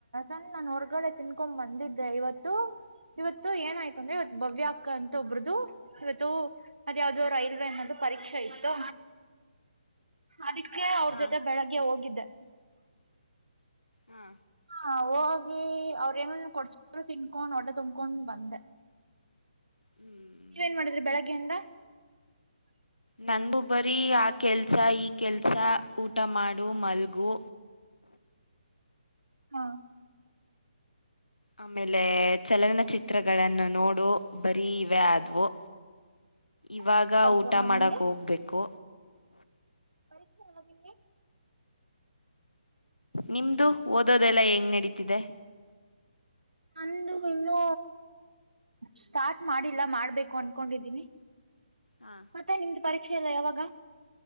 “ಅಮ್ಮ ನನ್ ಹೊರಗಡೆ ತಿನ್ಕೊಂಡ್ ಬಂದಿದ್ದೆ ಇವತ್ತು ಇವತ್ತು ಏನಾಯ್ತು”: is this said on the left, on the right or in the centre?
Right